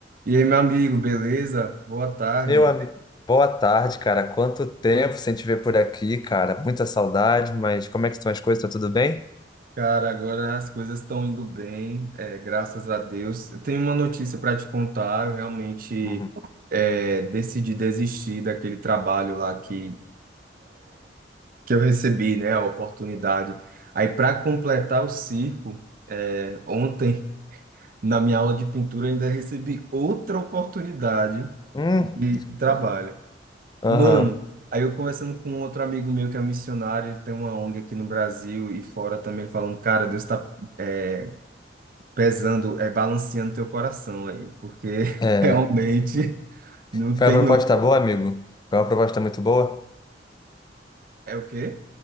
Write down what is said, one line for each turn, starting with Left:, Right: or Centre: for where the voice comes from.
Right: E aí, meu amigo, beleza? Boa tarde.
Left: Meu, am- boa tarde, cara. Quanto tempo sem te ver por aqui, cara. Muita saudade, mas como é que estão as coisas? Tá tudo bem?
Right: Cara, agora as coisas estão indo bem, é, graças a Deus. Eu tenho uma notícia para te contar. Eu realmente
Left: Uhum.
Right: é, decidi desistir daquele trabalho lá que, que eu recebi, né? A oportunidade. Aí, para completar o circo, é, ontem, na minha aula de pintura, eu ainda recebi outra oportunidade
Left: Hum,
Right: de trabalho.
Left: aham.
Right: Mano, aí eu conversando com um outro amigo meu que é missionário, ele tem uma ONG aqui no Brasil e fora também, ele falando, cara, Deus tá é, pesando, é balanceando teu coração aí, porque <laughs>
Left: É.
Right: realmente não
Left: Foi
Right: tem
Left: uma proposta
Right: outro.
Left: boa, amigo? Foi uma proposta muito boa?
Right: É o quê?